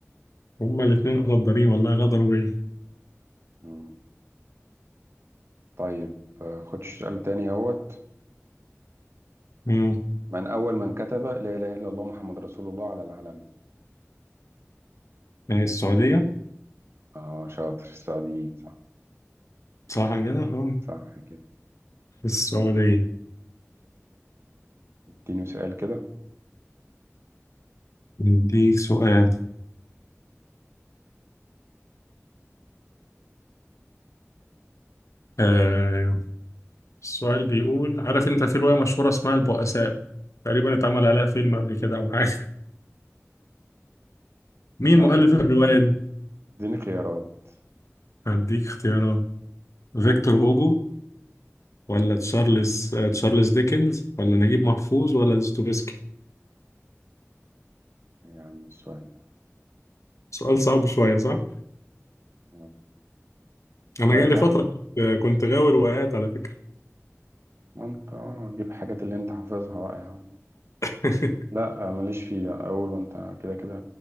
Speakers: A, on the left; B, on the right.
A: هما الاتنين غدارين والله غدروا بيا
B: مم. طيب آه، خدش سؤال تاني أهوت
A: مم.
B: من أول من كتب لا إله إلا الله محمد رسول الله على العلم
A: آه، السعودية
B: آه شاطر السعديين صح
A: صح كده آه
B: صح كده
A: السعودية
B: اديني سؤال كده
A: نديك سؤال آه السؤال بيقول عارف انت في رواية مشهورة اسمها البؤساء تقريبا اتعمل عليها فيلم قبل كده او حاجة <laughs> مين
B: مش هقد
A: مؤلف الرواية دي؟
B: اديني خيارات
A: هديك اختيارات فيكتور هوجو ولا تشارلز آه تشارلز ديكنز ولا نجيب محفوظ ولا دوستويفسكي
B: يعني السؤال ده
A: سؤال صعب شوية صح؟
B: آه.
A: أنا
B: لا
A: جالي
B: انت
A: فترة كنت كنت غاوي روايات على فكرة
B: ما انت اه تجيب حاجات اللي انت حافظها بقى يا عم
A: <laughs>
B: لا آه، ماليش فيه ده اقول وانت كده كده